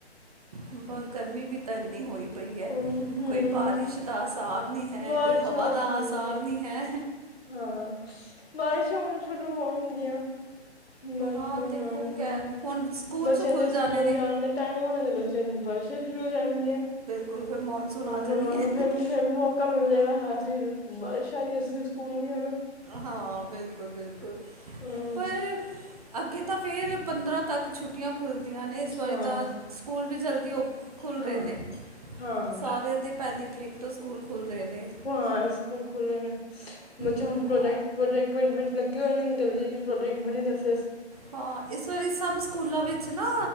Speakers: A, on the right (about 35°); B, on the left (about 60°).
A: ਬ ਗਰਮੀ ਵੀ ਤਾਂ ਇੰਨੀ ਹੋਈ ਪਈ ਐ।
B: ਹੂੰ
A: ਕੋਈ ਬਾਰਿਸ਼ ਦਾ ਆਸਾਰ ਨਹੀਂ ਹੈ
B: ਬਾਰਿਸ਼
A: ਕੋਈ ਹਵਾ
B: ਆ
A: ਦਾ
B: ਹਾਂਜੀ
A: ਆਸਾਰ ਨਹੀਂ ਐ।
B: ਹਾਂ, ਬਾਰਿਸ਼ਾਂ ਹੁਣ ਸ਼ੁਰੂ ਹੋਣਗੀਆਂ। ਬਸ
A: ਹਾਂ
B: ਹੁਣ
A: ਦੇਖੋ
B: ਆਣ ਗੀਆ।
A: ਕੈ ਹੁਣ ਸਕੂਲ
B: ਬੱਚਿਆਂ
A: ਚ ਖੁੱਲ
B: ਦੇ ਸਕੂਲ
A: ਜਾਣੇ ਨੇ
B: ਜਾਣ ਦਾ ਟਾਈਮ ਹੋਣਾ ਤੇ ਬੱਚਿਆਂ ਨੂੰ ਬਾਰਿਸ਼ਾਂ ਸ਼ੁਰੂ ਹੋ ਜਾਣਗੀਆਂ।
A: ਕੋਈ -ਕੋਈ ਮੌਨਸੂਨ
B: ਉਹਨਾਂ
A: ਆ ਜਾਣੀ
B: ਨੂੰ
A: ਐ।
B: ਫਿਰ ਫਿਰ ਮੌਕਾ ਮਿਲ ਜਾਏਗਾ <unintelligible> ਨੂੰ ਬਾਰੀਸਾ਼ ਨੇ ਸਕੂਲ ਨੀ ਜਾਣਾ।
A: ਹਾਂ ਬਿਲਕੁਲ ਬਿਲਕੁਲ,
B: ਹਮ
A: ਪਰ ਅੱਗੇ ਤਾਂ ਫਿਰ ਪੰਦਰਾਂ ਤੱਕ ਛੁੱਟੀਆਂ ਖੁੱਲਦੀਆਂ ਨੇ ਇਸ ਵਾਰੀ
B: ਹਾਂ
A: ਤਾਂ, ਸਕੂਲ ਵੀ ਜਲਦੀ ਓ ਖੁੱਲ੍ਹ
B: ਹਾਂ
A: ਰਹੇ ਨੇ।
B: ਹਾਂ
A: ਸਾਰਿਆਂ ਦੇ ਪਹਿਲੀ ਤਰੀਕ ਤੋਂ ਸਕੂਲ ਖੁੱਲ ਰਹੇ ਨੇ।
B: ਹਾ ਸਕੂਲ ਖੁਲ ਨੇ,
A: ਹਮ
B: ਬੱਚੇ
A: ਹਮ
B: ਨੇ ਪ੍ਰੋਡਕਟ ਪ੍ਰੋਜੈਕਟ ਵਿੱਚ ਲੱਗੇ ਹੋਏ ਨੇ ਇਹਨਾਂ ਨੇ ਜਲਦੀ ਜਲਦੀ ਪ੍ਰੋਜੈਕਟ ਬਣਨ ਦੱਸੇ ਸ।
A: ਹਾਂ ਇਸ ਵਾਰੀ ਸਭ ਸਕੂਲਾਂ ਵਿੱਚ ਨਾ